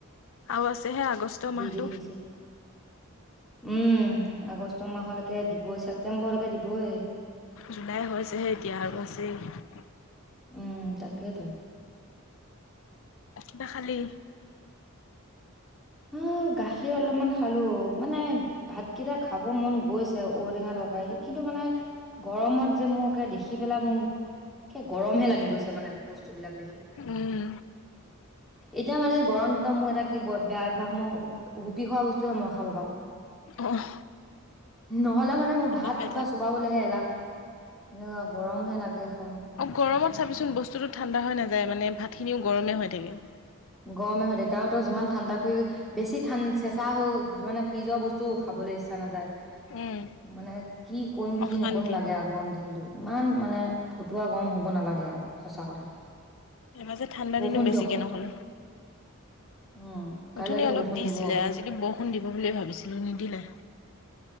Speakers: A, on the left; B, in the centre.
A: আৰু আছেহে আগষ্ট
B: যি
A: মাহটো।
B: দেখিছো। উম আগষ্ট মাহলৈকে দিবই ছেপটেম্বৰ মালৈকে দিবই।
A: জুলাই হৈছেহে এতিয়া আৰু আছেই।
B: উম তাকেইেতো।
A: কিবা খালি।
B: উম গাখীৰ অলপমান খালো মানে ভাতকেইটা খাব মন গৈছে ঔটেঙা তৰকাৰী কিন্তু মানে গৰমত যে মোক একে দেখি পেলা মোক কে গৰমহে লাগি গৈছে মানে বস্তুবিলাক দেখি।
A: উম।
B: এতিয়া মানে গৰম দিনত মোৰ এটা কি ব বেয়া অভ্যাস মই হুপি খোৱা বস্তুহে মই খাব পাওঁ,
A: অহ।
B: নহলে মানে মোৰ
A: ঠাণ্ডা
B: ভাত
A: খাই
B: কিবা
A: থাক।
B: চ কবাবলেহে এলাহ এনেকুৱা গৰম হে লাগে খ
A: অঁ গৰমত চাবিচোন, বস্তুটো ঠাণ্ডা হৈ নাযায় মানে ভাতখিনিও গৰমে হৈ থাকে।
B: গৰমে হয় থাকে, কাৰন তই যিমান ঠাণ্ডা কৰি বেছি ঠান চেচা হ যোৱা মানে ফ্ৰিজৰ বস্তু খাবলৈ ইচ্ছা নাযায়।
A: উম।
B: মানে কি কৰিম কি
A: অশান্তি,
B: নকৰিম লাগে আগ গৰম দিনটো ইমান মানে ফটুৱা গৰম হ'ব নালাগে আৰু সঁচা কথা।
A: এ মাজে ঠাণ্ডা
B: বৰষুণ
A: দিনো বেছিকে
B: দিয়ক
A: নহল।
B: উম কাইলেতো
A: অথনি অলপ
B: বৰষুণ
A: দিছিলে,
B: দিব
A: আজিকি বৰষুণ দিব বুলিয়ে ভাবিছিলো নিদিলে।